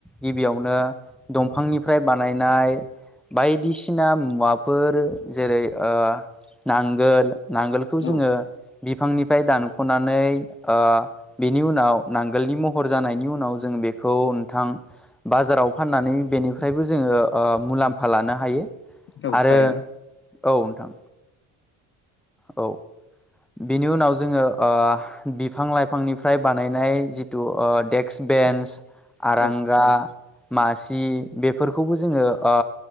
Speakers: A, in the centre; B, on the left.
A: गिबियावनो दंफांनिफ्राय बानायनाय बायदिसिना मुवाफोर जेरै ओ नांगोल नांगोल खौ
B: औ
A: जोङो बिफांनिफ्राय दानख'नानै ओ बेनि उनाव नांगोलनि महर जानायनि उनाव जों बेखौ नोंथां बाजाराव फाननानै बेनिफ्रायबो जोङो ओ मुलाम्फा लानो हायो
B: औ
A: आरो
B: थारैनो
A: औ नोंथां औ बिनि उनाव जोङो ओ बिफां लाइफांनिफ्राय बानायनाय जिथु ओ डेक्स बेन्स आरांगा
B: औ थारैनो
A: मासि बेफोरखौबो जोङो ओ